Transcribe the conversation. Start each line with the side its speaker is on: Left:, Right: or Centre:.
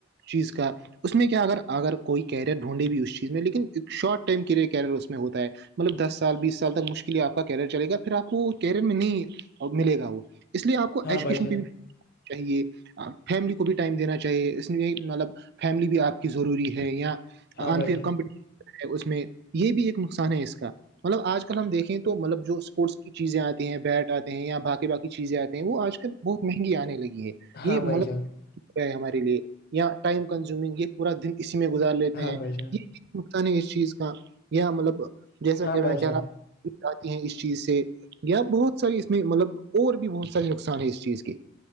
Right: چیز کا اس میں کیا اگر اگر کوئی کیریئر ڈھونڈے بھی اس چیز میں لیکن ایک شارٹ ٹائم کیریئر اس میں ہوتا ہے مطلب دس سال بیس سال تک مشکل آپ کا کیریئر چل گا پھر آپ کو کیریئر میں نہیں اور ملے گا وہ اس لیے آپ کو
Left: ہاں
Right: ایجوکیشن
Left: بھائی جان
Right: پی چاہیے فیملی کو بھی ٹائم دینا چاہیے اس لیے مطلب فیملی بھی آپ کی ضروری ہے یااں
Left: ہاں بھائی
Right: آن فیئر
Left: جان
Right: کمپن اس میں یہ بھی ایک نقصان ہے اس کا مطلب آج کل ہم دیکھیں تو مطلب جو اسپورٹس چیزیں آتی ہیں بیٹ آتے ہیں اں باقی بای چیزیں آتے ہیں وہ آج بہت مہنگی آنے لگی ہے
Left: ہاں
Right: یہ
Left: بھائی
Right: مطلب
Left: جان
Right: ہے ہمارے لیے یا ٹائم کنزیومنگ یہ پورا دن اسی میں گزار لیتے
Left: ہاں
Right: ہیں
Left: بھائی جان
Right: یہ نقصان ہے اس چیز کا یا مطلب جیسا
Left: ہاں
Right: کہ
Left: بھائی
Right: میں کہہ
Left: جان
Right: رہا ہ جاتی ہیں اس چیز سے یا بہت ساری اس میں مطلب اور بھی بہت سارے نقصان ہیں اس چیز کے